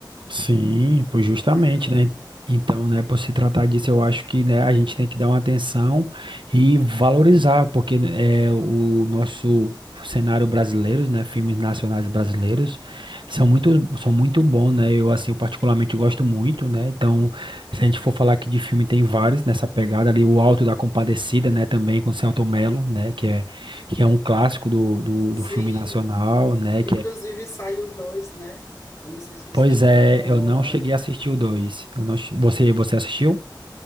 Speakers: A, on the right (about 80°); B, on the left (about 35°).
A: Sim, pois justamente,
B: Bacana.
A: né? Então, né, por se tratar disso, eu acho que, né, a gente tem que dar uma atenção e valorizar, porque né, é, o nosso cenário brasileiro, né, filmes nacionais brasileiros, são muito, são muito bons, né? Eu, assim, eu particularmente gosto muito, né? Então, se a gente for falar aqui de filme, tem vários nessa pegada ali, o Alto da Compadecida, né, também com Selton Mello, né, que é, que é um clássico do, do,
B: Sim,
A: do filme nacional, né,
B: inclusive saiu dois, né? Eu não sei se você
A: Pois
B: chegou
A: é,
B: a dar uma
A: eu
B: olhada.
A: não cheguei a assistir o dois Eu não... che- Você, você assistiu?